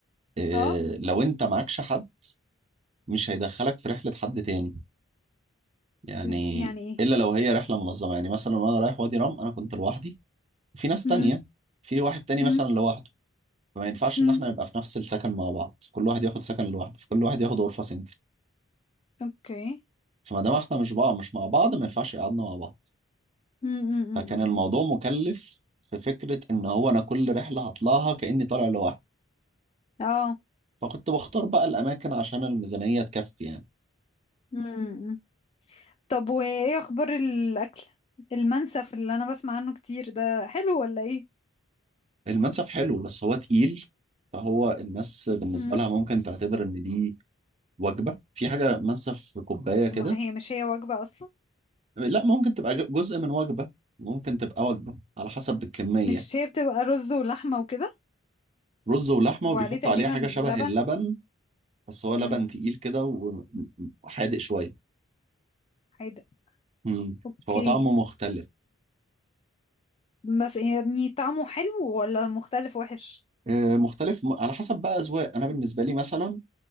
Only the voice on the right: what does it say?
آه،
لو انت معكش حد مش هيدخلك في رحله حد تاني يعني
الا لو هي رحله منظمه يعني مثلا وانا رايح وادي رام انا كنت لوحدي في ناس
تانية في واحد تاني
مثلا لوحده فما ينفعش
ان احنا نبقى في نفس السكن مع بعض كل واحد ياخد سكن لوحده فكل واحد ياخد غرفه سنجل
فما دام احنا مش بعض مش مع بعض ما ينفعش يقعدنا مع بعض
فكان
الموضوع مكلف في فكره ان هو انا كل رحله هطلعها كاني طالع لوحدي
فكنت بختار بقى الأماكن عشان الميزانية تكفي يعني
المنسف حلو بس هو تقيل فهو الناس بالنسبة
لها ممكن تعتبر إن دي وجبة في حاجة منسف في كوباية كده
لا ممكن تبقى ج- جزء من وجبة ممكن تبقى وجبة على حسب الكمية
رز ولحمة
وبيحط
عليها حاجة شبه
اللبن بس هو
لبن تقيل كده و- وحادق شوية
مم.
فهو طعمه مختلف
آه، مختلف م- على حسب بقى أذواق أنا بالنسبة لي مثلا